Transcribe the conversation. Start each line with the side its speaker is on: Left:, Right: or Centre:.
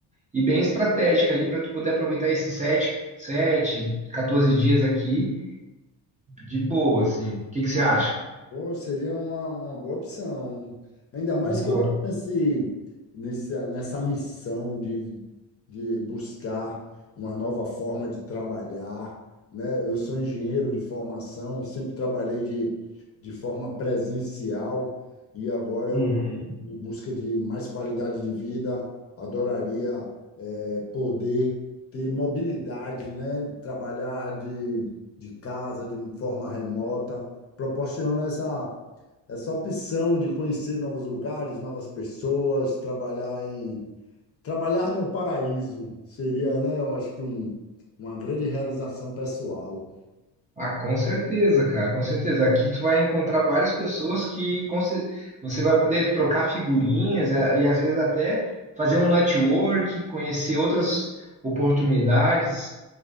Right: e bem estratégica ali para tu poder aproveitar esses sete, sete, 14 dias aqui de boa, assim. O que que você acha?
Left: Pô, seria uma, uma boa opção. Ainda mais
Right: Boa.
Left: que eu tô nesse, nesse nessa missão de, de buscar uma nova forma de trabalhar, né? Eu sou engenheiro de formação, sempre trabalhei de, de forma presencial e agora eu,
Right: Uhum.
Left: em busca de mais qualidade de vida, adoraria é, poder ter mobilidade, né? Trabalhar de, de casa, de forma remota, proporciona essa, essa opção de conhecer novos lugares, novas pessoas, trabalhar em trabalhar no paraíso seria, né? Eu acho que um, uma grande realização pessoal.
Right: Ah, com certeza, cara, com certeza. Aqui tu vai encontrar várias pessoas que com cer- você vai poder trocar figurinhas e, a- e às vezes até fazer um network, conhecer outras oportunidades,